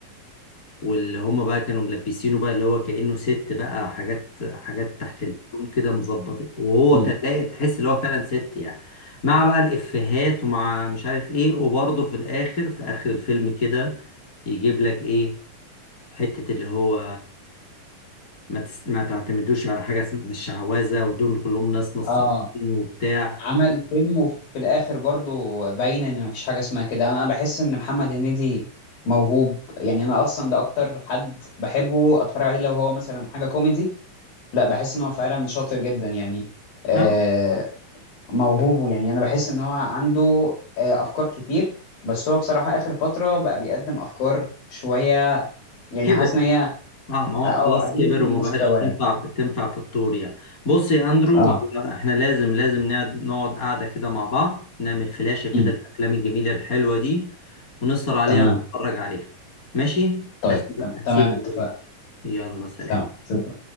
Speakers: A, on the left (about 25°); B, on the left (about 90°).
A: واللي هما بقى كانوا ملبسينه بقى اللي هو كأنه ست بقى حاجات حاجات تحت الهدوم كده مظبط وهو
B: مم.
A: كان لاقي تحس اللي هو فعلا ست يعني مع بقى الإفيهات ومع مش عارف ايه وبرضه في الآخر في آخر الفيلم كده يجيب لك ايه حتة اللي هو ما تس... ما تعتمدوش على حاجة اسمها الشعوذة ودول كلهم ناس نصابين
B: اه
A: وبتاع
B: عمل فيلم وفي الاخر برضو باين ان مفيش حاجه اسمها كده انا أنا بحس ان محمد هنيدي موهوب يعني انا اصلا ده اكتر حد بحبه اتفرج عليه لو هو مثلا حاجه كوميدي لا بحس ان هو فعلا شاطر جدا يعني آه،
A: ها
B: موهوب يعني انا بحس ان هو عنده آه، افكار كتير بس هو بصراحه اخر فتره بقى بيقدم افكار شويه يعني
A: كده
B: حاسس ان هي
A: اه ما هو
B: اه
A: خلاص
B: قللت
A: كبر
B: من
A: وما
B: مستواه
A: بقاش تنفع تنفع في الطور يعني بص يا اندرو
B: اه
A: هو احنا لازم لازم نقعد نقعد قعده كده مع بعض نعمل فلاشة كده
B: أمم،
A: الافلام الجميله الحلوه دي ونسهر عليها
B: تمام
A: ونتفرج عليها ماشي
B: طيب
A: هسيبك
B: تم-
A: هسيبك
B: تمام اتفقنا
A: دلوقتي يلا سلام
B: تمام شكرا